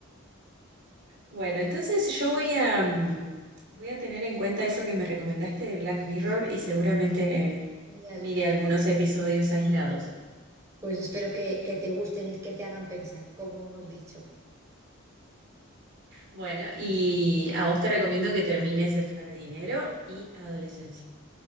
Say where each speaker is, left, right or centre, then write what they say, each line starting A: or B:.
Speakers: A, on the right; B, on the right.
A: Bueno, entonces yo voy a, mm, voy a tener en cuenta eso que me recomendaste de Black Mirror y seguramente
B: Genial.
A: Mire algunos episodios aislados.
B: Pues espero que, que te gusten y que te hagan pensar, como hemos dicho.
A: Bueno, y a vos te recomiendo que termines El jardinero y Adolescencia.